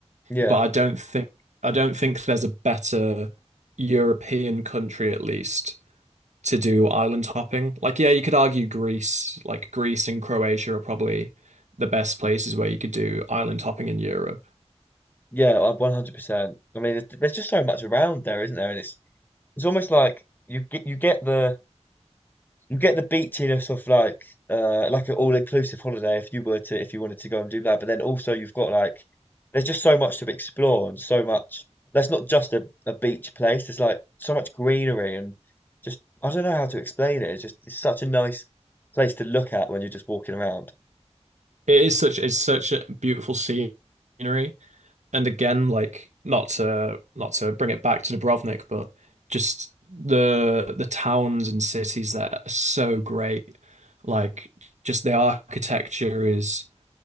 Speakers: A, on the left; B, on the right.
A: Yeah,
B: But I don't think I don't think there's a better European country at least to do island hopping. Like yeah, you could argue Greece, like Greece and Croatia are probably the best places where you could do island hopping in Europe.
A: yeah, uh, 100%. I mean, there's, there's just so much around there, isn't there? And it's it's almost like you get you get the you get the beachiness of like uh like an all-inclusive holiday if you were to if you wanted to go and do that but then also you've got like there's just so much to explore and so much that's not just a, a beach place there's like so much greenery and just I don't know how to explain it it's just it's such a nice place to look at when you're just walking around
B: It is such it's such a beautiful scenery. And again, like not to not to bring it back to Dubrovnik, but just the the towns and cities that are so great, like just the architecture is